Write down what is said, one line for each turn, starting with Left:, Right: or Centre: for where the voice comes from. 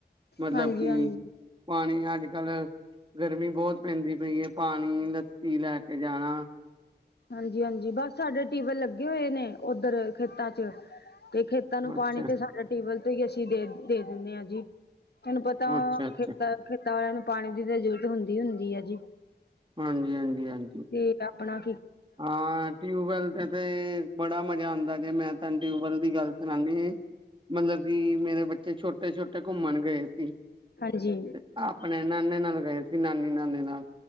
Right: ਮਤਲਬ
Left: ਹਾਂਜੀ
Right: ਕਿ
Left: ਹਾਂਜੀ
Right: ਪਾਨੀ ਅੱਜ-ਕੱਲ ਗਰਮੀ ਬਹੁਤ ਪੈਂਦੀ ਪਈ ਏ, ਪਾਨੀ ਨੀ ਲੱਸੀ ਲੈ ਕੇ ਜਾਨਾ।
Left: ਹਾਂਜੀ -ਹਾਂਜੀ, ਬਸ ਸਾਡੇ ਟੀਬਲ ਲੱਗੇ ਹੋਏ ਨੇ, ਓਧਰ ਖੇਤਾਂ ਚ ਤੇ ਖੇ ਤਾਨੂੰ ਪਾਨੀ
Right: ਅੱਛਾ,
Left: ਤੇ ਸਾਡਾ ਟੀਬਲ ਤੋ ਹੀ ਅਸੀਂ ਦੇ, ਦੇ ਦਿੰਦੇ ਆਂ ਜੀ। ਤਾਨੂੰ ਪਤਾ
Right: ਅੱਛਾ, ਅੱਛਾ
Left: ਖੇਤਾਂ- ਖੇਤਾਂ ਵਾਲੇਆਂ ਨੂੰ ਪਾਨੀ ਦੀ, ਤਾਂ ਜ਼ਰੂਰਤ ਹੁੰਦੀ- ਹੁੰਦੀ ਏ ਜੀ।
Right: ਹਾਂਜੀ -ਹਾਂਜੀ -ਹਾਂਜੀ।
Left: ਠੀਕ ਆਪਨਾ
Right: ਆਂ ਟਿਊਬਵੈਲ ਤੇ-ਤੇ ਬੜਾ ਮਜ਼ਾ ਆਂਦਾ, ਜੇ ਮੈਂ ਤਾਨੂੰ ਟਿਊਬਵੈਲ ਦੀ ਗੱਲ ਸੁਨਾਂਦੀ ਆਂ ਜੀ। ਮਤਲਬ ਕਿ ਮੇਰੇ ਬੱਚੇ ਛੋਟੇ- ਛੋਟੇ ਘੁੰਮਨ ਗਏ ਸੀ।
Left: ਹਾਂਜੀ
Right: ਤੇ ਆਪਨੇ ਨਾਨੇ ਨਾਲ ਗਏ ਸੀ। ਕਿ ਨਾਨੀ -ਨਾਨੇ ਨਾਲ